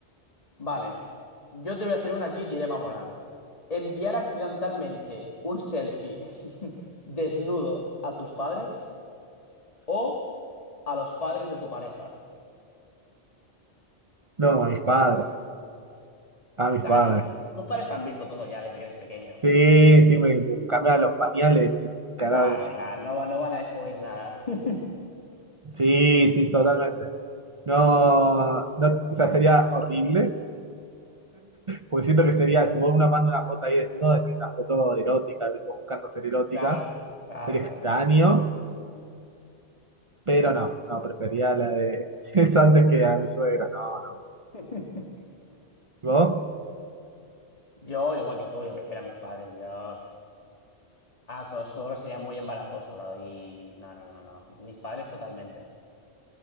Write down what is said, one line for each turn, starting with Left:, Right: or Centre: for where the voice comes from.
Left: Vale, yo te voy a hacer una aquí, dilema moral. ¿Enviar accidentalmente un selfie <laughs> desnudo a tus padres o a los padres de tu pareja?
Right: No, a mis
Left: Cuidado.
Right: padres, a mis
Left: Claro,
Right: padres.
Left: tu- tus padres te han visto todo ya desde que eres pequeño.
Right: Sí, sí, me, me cambiaban los pañales, me cagaba
Left: Claro,
Right: encima.
Left: claro, no, va- no van a descubrir nada. <laughs>
Right: Sí, sí, totalmente. No, no, o sea, sería horrible. Porque siento que sería, si vos una manda una foto ahí desnudo, de una foto erótica, ¿viste? buscando ser erótica,
Left: Claro, claro,
Right: sería
Left: claro.
Right: extraño, pero no, no, prefería la de <laughs> eso antes que a mi suegra, no. no.
Left: <laughs>
Right: ¿Y ¿Vos?
Left: Yo, igual que tú, yo prefiero a mis padres. Yo, ah, con los suegros sería muy embarazoso. lo- Y no, no, no, no. Mis padres totalmente.